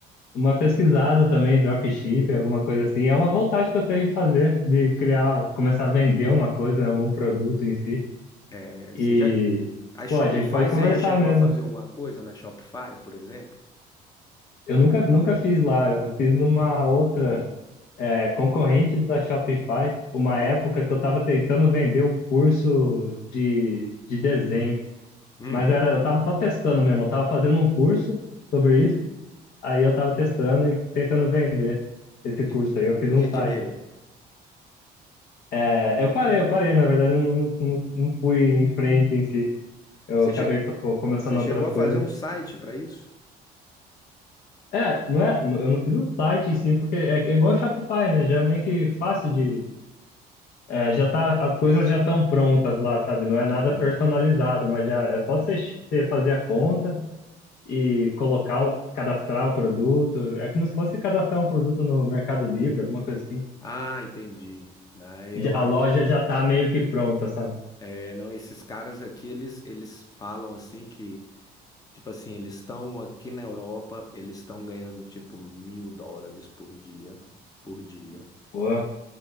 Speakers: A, on the left (about 65°); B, on the left (about 20°).
A: uma pesquisada também, dropshipping, alguma coisa assim. É uma vontade que eu tenho de fazer, de criar, começar a vender uma coisa, né, algum produto em si.
B: É,
A: E,
B: você já, a Shopify,
A: pô, a gente pode conversar
B: você já chegou
A: mesmo.
B: a fazer alguma coisa na Shopify, por exemplo?
A: Eu nunca, nunca fiz lá, eu fiz numa outra, é, concorrente da Shopify, uma
B: Com-
A: época que eu tava tentando vender o curso de, de desenho.
B: Hum,
A: Mas era, eu tava só testando mesmo, eu tava fazendo um curso sobre isso. Aí eu tava testando e tentando vender esse curso
B: e
A: aí. Eu fiz um
B: o que
A: site.
B: que deu?
A: É, eu parei, eu parei, na verdade, eu não, não, não- não fui em frente em si. Eu
B: Você,
A: acabei
B: che-
A: fa- co- começando
B: você
A: outras
B: chegou a
A: coisas.
B: fazer um site para isso?
A: É, não é, eu não fiz o site em si, porque é, é igual Shopify, né? Já é meio que fácil de. é, já tá, as coisas já estão prontas lá, sabe? Não é nada
B: Aham.
A: personalizado, mas já é só você, che- você fazer a conta e colocar, o- cadastrar o produto. É como se fosse cadastrar um produto no Mercado Livre, alguma coisa assim.
B: Ah, entendi. Na- eu,
A: Já-
B: a-
A: A loja já tá meio que pronta, sabe?
B: é, não, esses caras aqui, eles, eles falam assim que, tipo assim, eles estão aqui na Europa, eles estão ganhando tipo mil dólares por dia, por dia,
A: Pô,